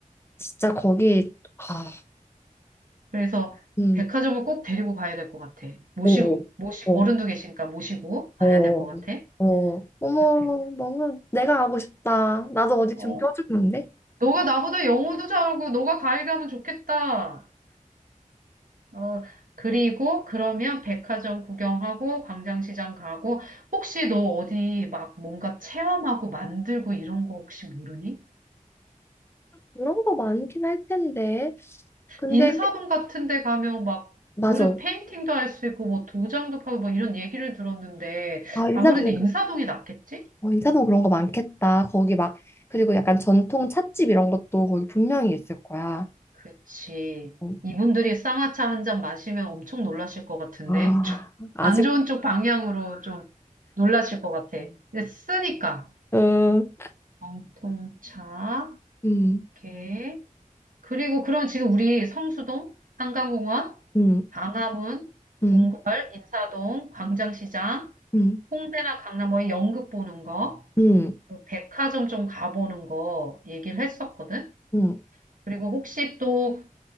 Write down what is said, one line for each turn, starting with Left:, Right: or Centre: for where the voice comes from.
Left: 진짜 거기 아,
Right: 그래서
Left: 음,
Right: 백화점을 꼭 데리고 가야 될 것 같아. 모시고,
Left: 오,
Right: 모시
Left: 오,
Right: 어른도 계시니까 모시고 가야
Left: 오,
Right: 될 것 같아.
Left: 어, 어머,
Right: 아, 백,
Left: 너무 내가 가고 싶다. 나도 어디
Right: 어,
Left: 좀 껴주는데?
Right: 너가 나보다 영어도 잘하고 너가 가이드하면 좋겠다. 어, 그리고 그러면 백화점 구경하고 광장시장 가고 혹시 너 어디 막 뭔가 체험하고 만들고 이런 거 혹시 모르니?
Left: 그런 거 많긴 할 텐데. 근데
Right: 인사동 같은 데 가면 막
Left: 맞아.
Right: 그릇 페인팅도 할 수 있고 뭐 도장도 파고 뭐 이런 얘기를 들었는데
Left: 아, 인사동에
Right: 아무래도 인사동이
Left: 그-
Right: 낫겠지?
Left: 어, 인사동 그런 거 많겠다. 거기 막 그리고 약간 전통 찻집 이런 것도 거기 분명히 있을 거야.
Right: 그치.
Left: 어,
Right: 이분들이 쌍화차 한 잔 마시면 엄청 놀라실 것 같은데.
Left: 아, 아직
Right: 안 좋은 쪽 방향으로 좀 놀라실 것 같아. 근데 쓰니까.
Left: 음,
Right: 정통차.
Left: 음,
Right: 오케이. 그리고 그럼 지금 우리 성수동, 한강공원,
Left: 음,
Right: 광화문,
Left: 음,
Right: 궁궐, 인사동, 광장시장,
Left: 음,
Right: 홍대나 강남 뭐 연극 보는 거,
Left: 음,
Right: 그리고 백화점 좀 가보는 거 얘기를 했었거든.
Left: 음.
Right: 그리고 혹시 또